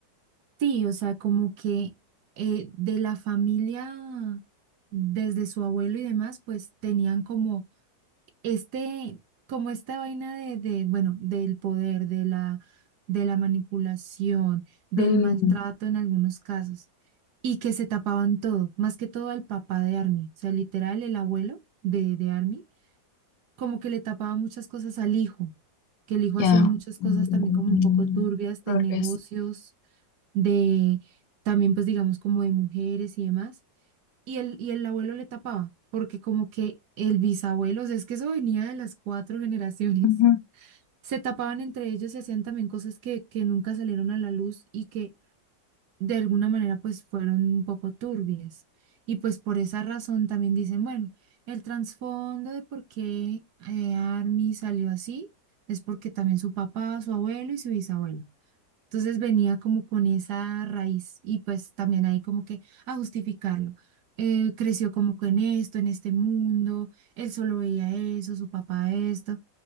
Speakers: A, on the right; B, on the left.
A: Sí, o sea, como que eh, de la familia, desde su abuelo y demás, pues tenían como este, como esta vaina de, de, bueno, del poder, de la, de la manipulación, del
B: Mm,
A: maltrato en algunos casos, y que se tapaban todo, más que todo al papá de Army, o sea, literal, el abuelo de, de Army, como que le tapaba muchas cosas al hijo, que el hijo
B: ya.
A: hacía muchas cosas
B: Mm,
A: también como un poco turbias
B: Tal
A: de negocios,
B: vez.
A: de también, pues digamos, como de mujeres y demás y el, y el abuelo le tapaba, porque como que el bisabuelo, o sea, es que eso venía de las cuatro <laughs> generaciones.
B: Ujú.
A: Se tapaban entre ellos y hacían también cosas que, que nunca salieron a la luz y que de alguna manera pues fueron un poco turbias. Y pues por esa razón también dicen, bueno, el trasfondo de por qué eh, Army salió así es porque también su papá, su abuelo y su bisabuelo. Entonces venía como con esa raíz y pues también ahí como que a justificarlo. Eh, creció como con esto, en este mundo, él solo veía eso, su papá esto.